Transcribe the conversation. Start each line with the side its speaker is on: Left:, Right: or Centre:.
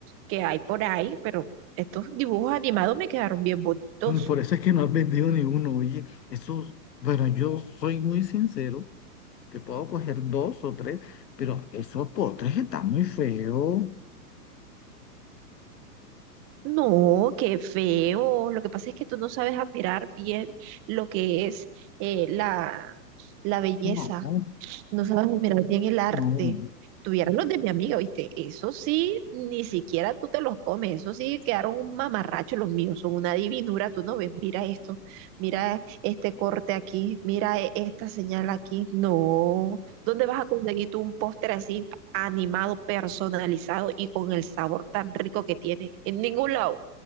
Right: que hay por ahí, pero estos dibujos animados me quedaron bien bonitos.
Left: Mm, Por eso es que no has vendido ni uno. Oye, esos, bueno, yo soy muy sincero, que puedo coger dos o tres, pero esos postres están muy feos.
Right: No, qué feo. Lo que pasa es que tú no sabes admirar bien lo que es eh, la, la belleza.
Left: No, no.
Right: no sabes mirar bien el arte.
Left: Mm,
Right: Tuvieron los de mi amiga, ¿viste? Eso sí, ni siquiera tú te los comes, eso sí quedaron un mamarracho los míos, son una divinura, tú no ves, mira esto, mira este corte aquí, mira e- esta señal aquí, no, ¿dónde vas a conseguir tú un póster así animado, personalizado y con el sabor tan rico que tiene? En ningún lado.